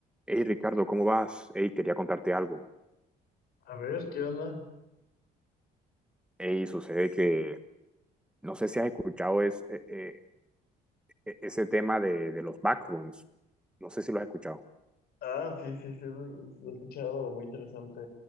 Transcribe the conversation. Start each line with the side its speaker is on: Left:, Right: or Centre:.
Centre: Hey Ricardo, ¿cómo vas? Hey, quería contarte algo.
Left: A ver, ¿qué onda?
Centre: Hey, sucede que no sé si has escuchado es- eh, eh, e- ese tema de, de los backrooms. No sé si lo has escuchado.
Left: Ah, sí, sí, sí, lo, lo he escuchado, muy interesante.